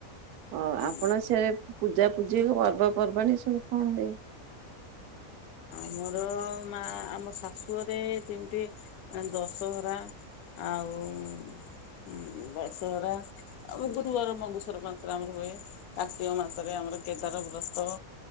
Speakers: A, on the right (about 85°); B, on the left (about 80°).
A: ଓଃ
B: ହୁଁ।
A: ଆପଣ ସେ ପୂଜାପୂଜି, ପର୍ବପର୍ବାଣି ସବୁ କଣ ହୁଏ?
B: ଆମର ମା ଆମ ଶାଶୁରେ ଯେମିତି ଦଶହରା ଆଉ ଉଁ ଦଶହରା ଆଉ ବ ବହୁତ ଗର ମଘୁସର ମାସରେ ଆମର ହୁଏ କାର୍ତ୍ତିକ ମାସରେ ଆମର କେଦାର ବ୍ରତ।